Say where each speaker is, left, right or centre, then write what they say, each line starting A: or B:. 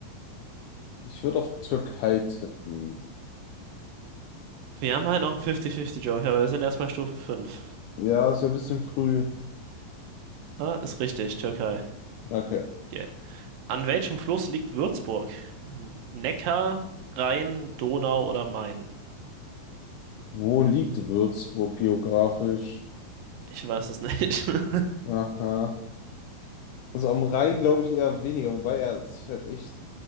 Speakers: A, on the left; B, on the right.
A: Ich würde auf Türkei tippen.
B: Wir haben halt noch einen 50-50-Joker, aber wir sind erstmal Stufe 5.
A: Ja, ist ja ein bisschen früh.
B: Ah, ist richtig, Türkei.
A: Okay.
B: Yeah. An welchem Fluss liegt Würzburg? N- Neckar, Rhein, Donau oder Main?
A: Wo liegt Würzburg geografisch?
B: Ich weiß es nicht. <laughs>
A: Aha. Also am Rhein glaube ich eher weniger, wobei er sich halt echt